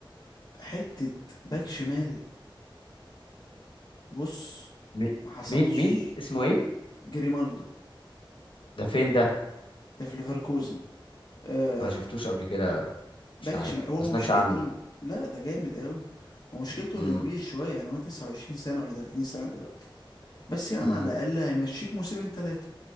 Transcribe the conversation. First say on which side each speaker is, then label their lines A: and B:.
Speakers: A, on the left; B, on the left.
A: حته باك شمال بص
B: مي-
A: ما حصلش
B: مين مين اسمه ايه
A: جريمالدو
B: ده فين ده
A: ده في ليفركوزن آه
B: ما شفتوش قبل كده
A: باك
B: مش عارف
A: شمال هو
B: ما
A: مشكلته
B: سمعتش عنه
A: إن... لا ده جامد قوي هو مشكلته
B: امم
A: انه كبير شويه يعني هو 29 سنه ولا 30 سنه دلوقتي بس يا عم
B: امم
A: على الاقل هيمشيك موسمين ثلاثه